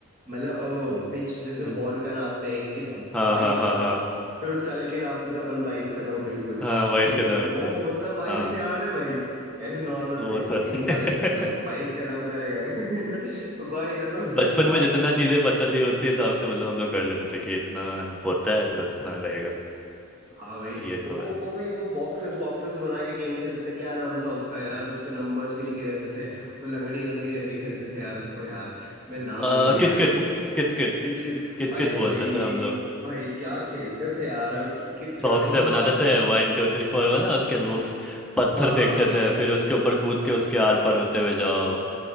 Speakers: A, on the right; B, in the centre.
A: मतलब
B: हम्म
A: पिच जैसे
B: हम्म,
A: बॉल का नापते हैं कि
B: हाँ
A: बाईस
B: हाँ हाँ
A: कदम
B: हाँ
A: फिर वो चल के नापते थे अपन बाईस कदम बिल्कुल
B: हाँ बाईस
A: कि
B: कदम इतना
A: वो होता बाईस
B: हाँ
A: यार्ड है भाई ऐसे नॉर्मल
B: वो
A: पिच
B: तो
A: नहीं
B: <laughs>
A: नहीं बाईस कदम बाईस कदम करेगा <laughs> भाई कसम
B: बचपन
A: से बहुत
B: में जितना चीजें पता थी उसी हिसाब से मतलब हम लोग कर लेते थे कि इतना होता है तो इतना रहेगा
A: हाँ भाई
B: ये
A: वो
B: तो है
A: वो भाई वो बॉक्सेस बॉक्सेस बना के गेम खेलते थे क्या नाम था उसका यार उस पे नंबर्स भी लिखे रहते थे वो लंगड़ी लंगड़ी करके खेलते थे यार उसको यार मैं नाम
B: आ,
A: भूल गया
B: कित
A: यार
B: कित
A: भाई
B: कित कित
A: कित कित
B: कित
A: आए
B: कित बोलते
A: भाई
B: थे हम लोग
A: भाई क्या खेलते थे यार और कित कित
B: चौक
A: का
B: से
A: हमारा
B: बनाते थे वन टू थ्री फोर वाला उसके वो फ- पत्थर
A: हाँ
B: फेंकते थे फिर उसके ऊपर कूद के उसके आर पार होते हुए जाओ